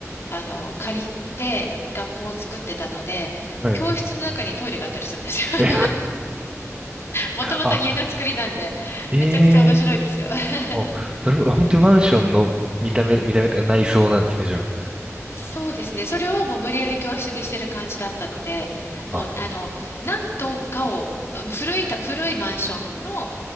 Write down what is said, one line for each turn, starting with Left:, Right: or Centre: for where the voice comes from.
Left: あの、借りて学校を作ってたので、
Right: はい。
Left: 教室の中にトイレがあったりするんですよ。<laughs>
Right: え
Left: もともと家の作りなんで、
Right: <laughs> あ、ええ
Left: めちゃくちゃ面白いですよ。<laughs>
Right: あ、なるほど。あ本当にマンションの見た目、見た目、内装なんですね、じゃ
Left: そうですね。それをもう無理やり教室にしてる感じだったので、もう、
Right: あ。あ、
Left: あの、何棟かを、うん古いた、古いマンションの、を